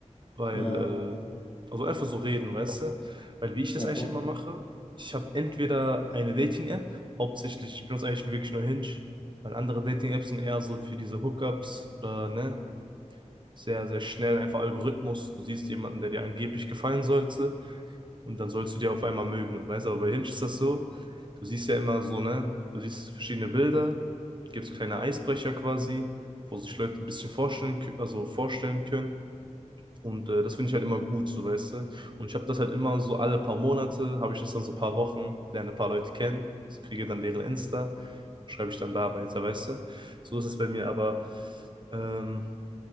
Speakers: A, on the right; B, on the left.
A: Weil,
B: Ja,
A: äh, also einfach so reden, weißt du? Weil wie ich das
B: ja
A: eigentlich
B: klar.
A: immer mache, ich habe entweder eine Dating-App, hauptsächlich, ich benutze eigentlich wirklich nur Hinge, weil andere Dating-Apps sind eher so für diese Hookups oder, ne? sehr, sehr schnell, einfach Algorithmus. Du siehst jemanden, der dir angeblich gefallen sollte und dann sollst du dir auf einmal mögen. Weißt du, aber bei Hinge ist das so, du siehst ja immer so, ne, du siehst verschiedene Bilder, gibt es kleine Eisbrecher quasi, wo sich Leute ein bisschen vorstellen, kö- also vorstellen können. Und äh, das finde ich halt immer gut, so weißt du. Und ich habe das halt immer so alle paar Monate, habe ich das dann so ein paar Wochen, lerne ein paar Leute kennen, so kriege dann deren Insta, schreibe ich dann da weiter, weißt du. So ist es bei mir, aber ähm,